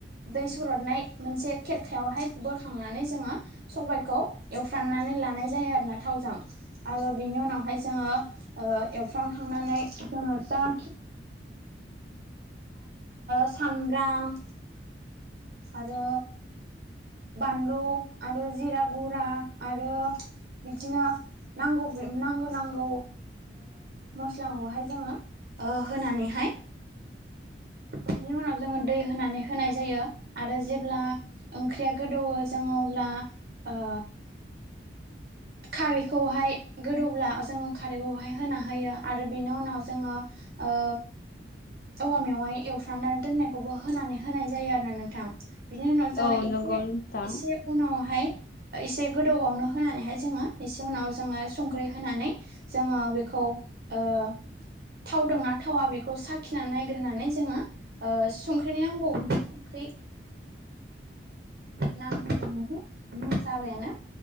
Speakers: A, on the right; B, on the left.
A: दैस फुरदनाय मोनसे खेरखायावहाय बोखांनानै जोङो सबाइखौ एवफ्राननानै लानाय जायो। <unintelligible> आरोना थाउजों आरो बिनि उनाव जोङो ओ एवफ्रामखांनानै जोङो जा <unintelligible> सामब्राम आरो बानलु आरो जिरा गा आरो बिदिनो नांगौ नांगौ नांगौ मस्लाखौहाय जोङो ओ होनानैहाय बिनि उनाव जोङो दै होनानै होनाय जायो आरो जेब्ला ओंख्रिया गोदौवो जोंङो अब्ला ओ
B: <inaudible>
A: खारैखौहाय गोदौब्ला जोङो खारैखौहाय होना होयो आरो बिनि उनाव जोङो ओ औवा मेवाइ एवफ्रनानै दोननायखौबो होनानै होनाय जायो आरो ना नोंथां । बिनि उनाव जोङो
B: औ
A: एसे
B: नंगौ नोंथां
A: एसे उनावहाय एसे गोदौबावनो होनानैहाय जोङो एसे उनाव जोङो संख्रि होनानै जोङो बेखौ खौ ओ थावना थावाखै बेखौ साख खिनानै नायग्रानै जोङो संख्रिनि नांबावोना संख्रि नांबावगौ <unintelligible> <unintelligible> जाबायानो